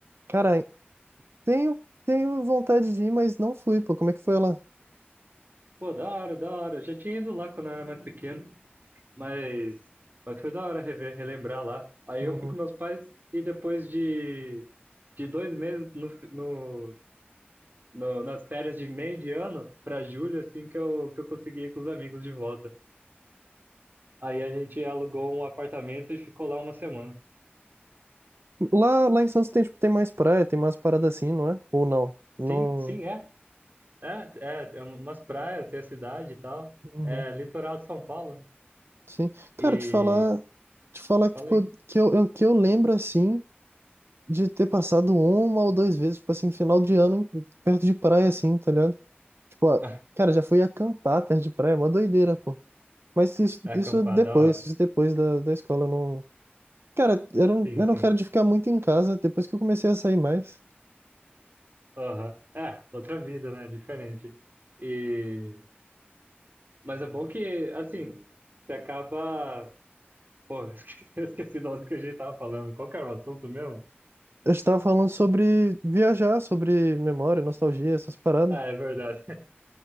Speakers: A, on the right; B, on the right.
A: cara, tenho, tenho vontade de ir, mas não fui, pô. Como é que foi lá?
B: Pô, da hora, da hora. Eu já tinha ido lá quando eu era mais pequeno, mas mas foi da hora rever, relembrar lá. Aí
A: Uhum.
B: eu fui com meus pais e depois de de dois meses no, fi- no, no- nas férias de meio de ano para julho, assim que eu que eu consegui ir com os amigos de volta. Aí a gente alugou um apartamento e ficou lá uma semana.
A: Lá, lá em Santos tem, tipo, tem mais praia, tem mais parada assim, não é? Ou não? Não.
B: Sim, sim, é. É, é, é umas praias, tem a cidade e tal.
A: Uhum.
B: É litoral de São Paulo.
A: Sim. Cara,
B: E
A: te falar, te falar que,
B: falei,
A: tipo, que eu, eu- que eu lembro assim. de ter passado uma ou duas vezes, tipo assim, final de ano, em- perto de praia, assim, tá ligado? Tipo, ah,
B: <laughs>
A: cara, já fui acampar perto de praia, é mó doideira, pô. Mas isso,
B: é
A: isso
B: acampar,
A: depois,
B: da hora.
A: isso depois da, da escola, eu não. Cara, eu não,
B: Sim,
A: eu
B: sim.
A: não quero de ficar muito em casa, depois que eu comecei a sair mais.
B: Aham. É, outra vida, né? Diferente. E... Mas é bom que, assim, você acaba. Pô, <laughs> eu esqueci, eu esqueci do que a gente tava falando. Qual que era o assunto mesmo?
A: Eu estava falando sobre viajar, sobre memória, nostalgia, essas paradas.
B: Ah, é verdade.